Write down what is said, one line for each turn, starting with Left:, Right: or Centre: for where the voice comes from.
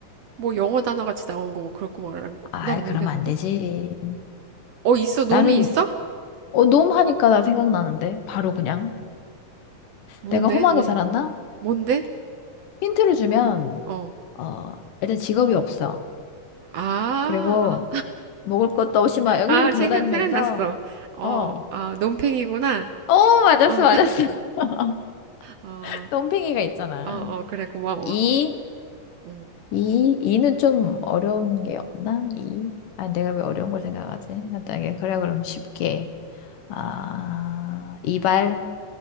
Right: 뭐 영어 단어 같이 나오는 거 뭐 그런 거 말하는 거?
Left: 아이,
Right: 난 모르겠는데.
Left: 그러면 안 되지.
Right: 어 있어 놈이
Left: 나는,
Right: 있어?
Left: 어, 놈 하니까 나 생각나는데. 바로 그냥.
Right: 뭔데?
Left: 내가 험하게
Right: 뭔
Left: 살았나?
Right: 뭔데?
Left: 힌트를 주면,
Right: 어.
Left: 어, 일단 직업이 없어.
Right: 아,
Left: 그리고 먹을 것도 없이 막 여기저기
Right: 아,
Left: 돌아다니면서,
Right: 생각, 생각났어. 어,
Left: 어,
Right: 아, 놈팽이구나.
Left: 어, 맞았어,
Right: 어,
Left: 맞았어. <laughs>
Right: 어,
Left: 똥팽이가 있잖아.
Right: 어, 어, 그래, 고마워.
Left: 이,
Right: 응.
Left: 이, 이는 좀 어려운 게 없나? 이. 아, 내가 왜 어려운 걸 생각하지? 간단하게. 그래, 그럼 쉽게. 아, 이발,